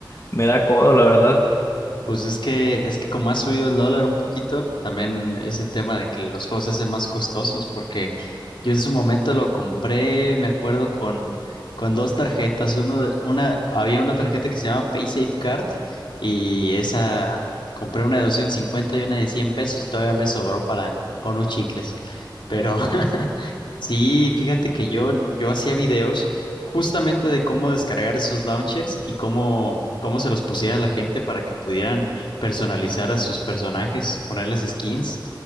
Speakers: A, on the left; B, on the left.
A: me da codo, la verdad.
B: Pues es que, es que como ha subido el dólar un poquito, también es el tema de que los juegos se hacen más costosos, porque yo en su momento lo compré, me acuerdo, con, con dos tarjetas. Uno de- una, había una tarjeta que se llama PaySafe Card y esa compré una de 250 y una de 100 pesos y todavía me sobró para, para unos chicles. Pero <laughs> sí, fíjate que yo, yo hacía videos justamente de cómo descargar esos launchers y cómo, cómo se los pusiera a la gente para que pudieran personalizar a sus personajes, ponerles skins.